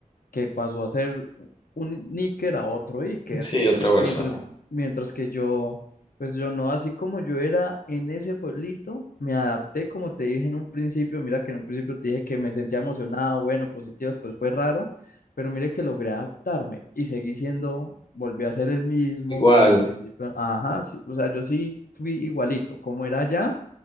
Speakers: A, on the left; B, on the left.
A: que pasó a ser un níquer a otro níquer,
B: Sí, otra persona.
A: mientras, mientras que yo, pues yo no, así como yo era en ese pueblito, me adapté, como te dije en un principio, mira que en un principio te dije que me sentía emocionado, bueno, positivo, pues fue raro, pero mire que logré adaptarme y seguí siendo, volví a ser el mismo
B: Igual.
A: del principio, ajá, sí, o sea, yo sí fui igualito, como era allá.